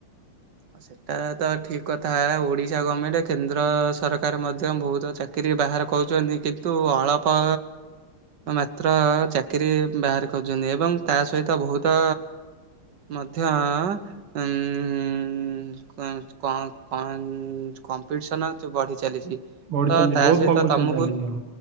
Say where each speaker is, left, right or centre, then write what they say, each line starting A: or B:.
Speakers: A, on the right; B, on the right.
A: ଆଉ ସେଟା ତ ଠିକ୍ କଥା। ଓଡିଶା ଗମେଣ୍ଟ କେନ୍ଦ୍ର ସରକାର ମଧ୍ୟ ବହୁତ ଚାକିରୀ ଟିକେ ବାହାର କରୁଚନ୍ତି। କିନ୍ତୁ ଅଳପ ମାତ୍ର ଚାକିରୀ ବାହାର କରୁଛନ୍ତି। ଏବଂ ତା ସହିତ ବହୁତ ମଧ୍ୟ ଉଁ କ କଣ କଣ କମ୍ପିଟିସନ୍ ଚ ବଢ଼ି ଚାଲିଚି।
B: ବଢି
A: ତ
B: ଚାଲିଛି
A: ତା
B: ବହୁତ
A: ସହିତ
B: କମ୍ପିଟିସନ
A: ତମକୁ
B: ଚାଲିଛି ହଁ